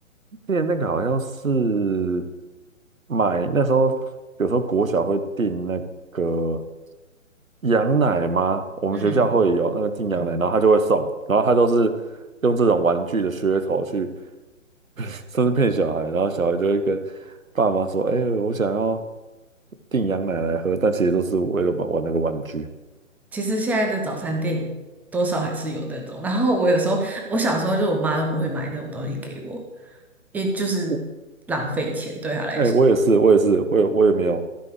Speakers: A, on the right; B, in the centre.
A: 之前那个好像是买那时候，比如说国小会订那个羊奶吗？我们学校会有那个订羊奶，
B: 嗯，嗯
A: 然后他就会送，然后他都是用这种玩具的噱头去，<laughs> 甚至骗小孩，然后小孩就会跟爸妈说：“哎、我想要订羊奶来喝。”但其实都是为了玩玩那个玩具。
B: 其实现在的早餐店多少还是有那种。然后我有时候，我小时候就我妈都不会买那种东西给我，也就是
A: 我
B: 浪费钱对她来说。
A: 哎、我也是，我也是，我也我也没有，